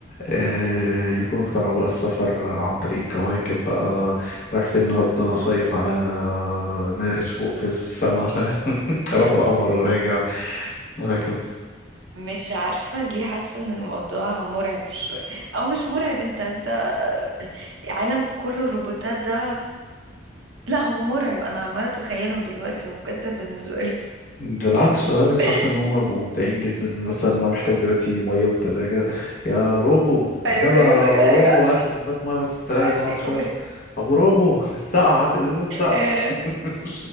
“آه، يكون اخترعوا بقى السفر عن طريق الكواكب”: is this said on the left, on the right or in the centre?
Left